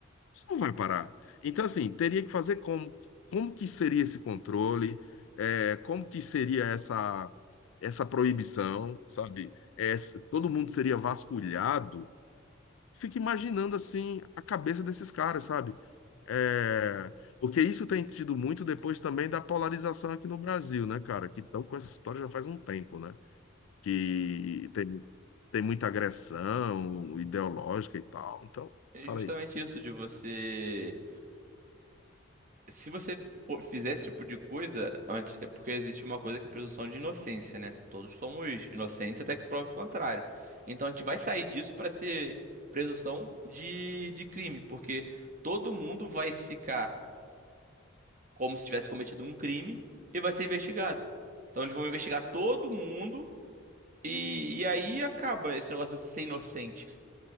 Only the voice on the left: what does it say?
isso não vai parar. Então, assim, teria que fazer como? Como que seria esse controle? É, como que seria essa, essa proibição, sabe? É, s- todo mundo seria vasculhado. Fico imaginando, assim, a cabeça desses caras, sabe? É, porque isso tem tido muito depois também da polarização aqui no Brasil, né, cara? Que estão com essa história já faz um tempo, né? Que tem, tem muita agressão ideológica e tal. Então,
falei.